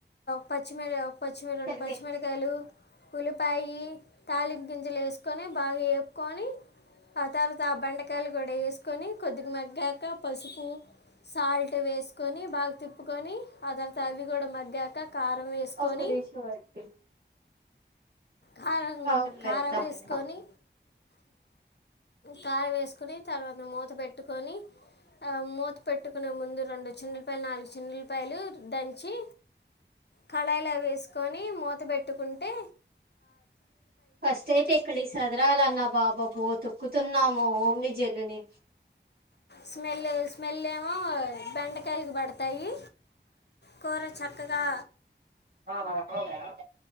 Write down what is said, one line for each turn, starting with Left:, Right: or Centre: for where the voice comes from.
Left: ప పచ్చిమిర పచ్చిమీ రెండు
Right: సరిపోయింది
Left: పచ్చిమిరకాయలు ఉల్లిపాయి తాలిపు గింజలు వేసుకొని బాగా వేపుకొని ఆ తర్వాత ఆ బెండకాయలు కూడా వేసుకొని కొద్దిగా మగ్గాక పసుపు సాల్ట్ వేసుకొని బాగా తిప్ ప్పుకొనీ అదంత అవి కూడా మగ్గాక కారం వేసుకొని
Right: ఒక్క దిషు వట్టి
Left: కారం
Right: అవుట్లేద్దామని
Left: కారం వేసుకొని కారం వేసుకొని తర్వాత మూత పెట్టుకొని ఆ మూత పెట్టుకునే ముందు రెండు చిన్న పె నాలుగు చిన్న ఉల్లిపాయలు దంచి కడాయిలో వేసుకొని మూత బెట్టుకుంటే
Right: ఫస్ట్ అయితే ఇక్కడికి సదరాలన్నా బాబాబో తొక్కుతున్నాము ఓమిని జల్లుని
Left: స్మెల్ స్మెల్ ఏమో బెండు తేలికబడతాయి కూర చక్కగా
Right: <unintelligible>